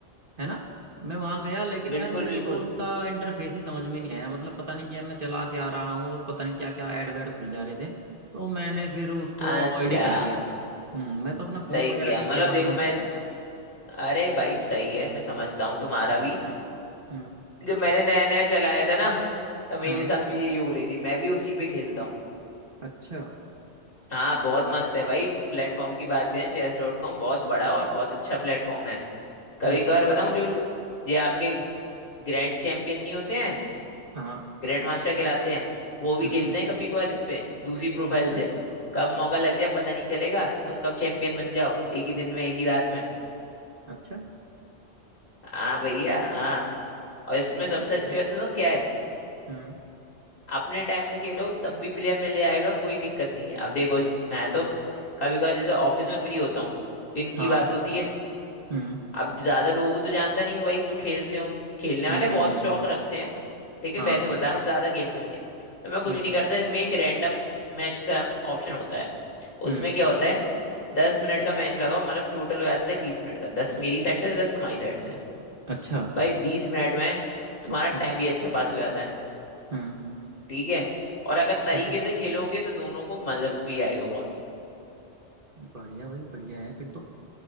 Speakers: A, on the right (about 50°); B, on the left (about 50°).
A: है ना मैं वहाँ गया लेकिन
B: बिल्कुल
A: यार मेरे
B: बिल्कुल
A: को तो उसका इंटरफेस ही समझ में नहीं आया मतलब पता नहीं क्या मैं चला क्या रहा हूँ और पता नहीं क्या क्या ऐड वैड खुल जा रहे थे तो मैंने फिर उसको
B: अच्छा
A: अवॉइड ही कर दिया हम्म मैं तो अपना फ़ोन
B: सही
A: वगैरह
B: किया
A: पे ही
B: मतलब
A: खेलना
B: देखो
A: पसंद
B: मैं
A: करता हूँ
B: अरे भाई सही है मैं समझता हूँ तुम्हारा भी
A: हम्म
B: जब मैंने नया नया चलाया था ना तब मेरे
A: हाँ
B: साथ भी यही हो रही थी मैं भी उसी पे खेलता हूँ
A: अच्छा
B: हाँ बहुत मस्त है भाई प्लेटफॉर्म की बात करें चेस डॉट कॉम बहुत बड़ा और बहुत अच्छा प्लेटफॉर्म है कभी
A: हम्म
B: कभार बताऊँ जो ये आपके ग्रैंड चैंपियन नहीं होते हैं
A: हाँ
B: ग्रैंड मास्टर कहलाते हैं वो भी
A: हम्म
B: खेलते
A: हम्म,
B: हैं कभी कभार इस पे दूसरी प्रोफाइल
A: अच्छा
B: से कब मौका लग जाए पता नहीं चलेगा तुम कब चैंपियन बन जाओ एक ही दिन में एक ही रात में
A: अच्छा
B: हाँ भैया हाँ और इसमें
A: बहुत
B: सबसे
A: बढ़िया
B: अच्छी बात तो क्या है
A: हम्म
B: अपने टाइम से खेलो तब भी प्लेयर मिल जाएगा कोई दिक्कत नहीं है अब देखो मैं तो कभी कभार जैसे ऑफिस में फ्री होता हूँ दिन
A: हाँ
B: की बात होती है
A: हम्म
B: अब ज्यादा लोगों को तो जानता नहीं हूँ भाई जो खेलते हो खेलने वाले
A: हम्म हम्म
B: बहुत
A: हम्म,
B: शौक रखते हैं लेकिन
A: हाँ
B: वैसे बता रहा हूँ ज्यादा खेलते नहीं है तो मैं कुछ
A: बिल्कुल
B: नहीं करता इसमें एक रैंडम मैच का ऑप्शन होता है
A: हम्म
B: उसमें क्या होता है दस मिनट का मैच लगाओ मतलब टोटल हो जाता है बीस मिनट का दस मेरी साइड से दस तुम्हारी साइड से
A: अच्छा
B: भाई बीस मिनट में तुम्हारा
A: हम्म
B: टाइम भी अच्छा पास हो जाता है
A: हम्म
B: ठीक है और अगर तरीके
A: ठीक है
B: से खेलोगे तो दोनों को मजा भी आएगा बहुत
A: बढ़िया भाई बढ़िया है फिर तो